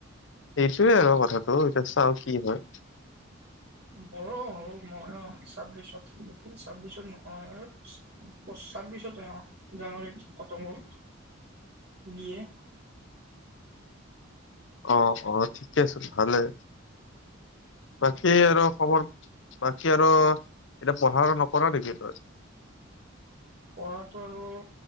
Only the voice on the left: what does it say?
সেইটোয়ে আৰু কথাটো এতিয়া চাও কি হয়।
অ অ ঠিকে আছে ভালে, বাকী আৰু খবৰ বাকী আৰু এতিয়া পঢ়া আৰু নকৰা নেকি তই?